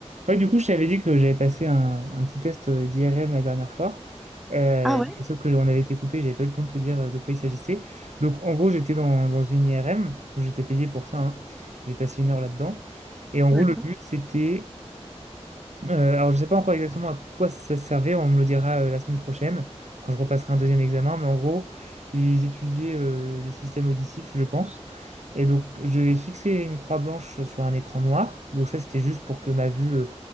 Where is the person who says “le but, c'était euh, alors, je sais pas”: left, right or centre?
Right